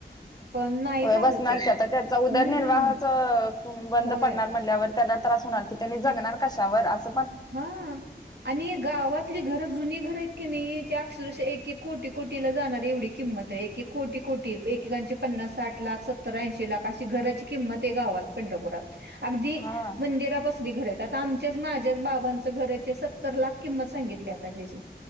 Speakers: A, on the right; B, on the left.
A: पण नाही
B: अ
A: झालं
B: बसणार
A: ते
B: की, आता त्यांचा उदरनिर्वाहच
A: हम्म
B: अ बंद
A: होय
B: पडणार म्हणल्यावर त्यांना त्रास होणार. त्यांनी जगणार कशावर? अस
A: हा, आणि गावातली घरं जुनी घर आहेत की नाही? त्या अक्षरश एक एक कोटी कोटीला जाणारी एवढी किंमत आहे एक कोटी कोटी एकेकांचे पन्नास साठ लाख सत्तर ऐंशी लाख अशी घराची किंमत आहे, गावात पंढपुरात. अगदी
B: हा
A: मंदिरा पसली घर येत. आता आमच्याच माझ्याच बाबां घर आहे ते सत्तर लाख किंमत सांगितली आता त्याची.